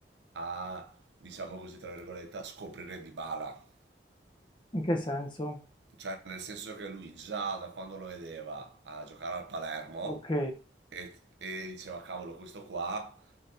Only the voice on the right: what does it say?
a, diciamo così, tra virgolette, a scoprire Dybala,
Cioè, nel senso che lui già da quando lo vedeva a giocare al Palermo
e, e diceva, cavolo, questo qua